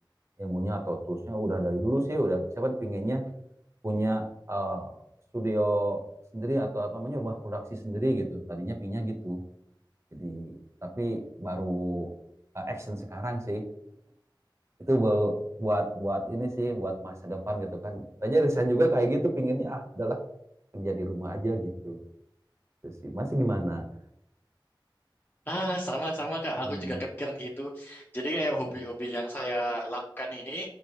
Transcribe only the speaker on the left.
Ah, sama-sama Kak.
Aku juga kepikiran gitu. Jadi kayak
hobi-hobi yang saya lakukan ini,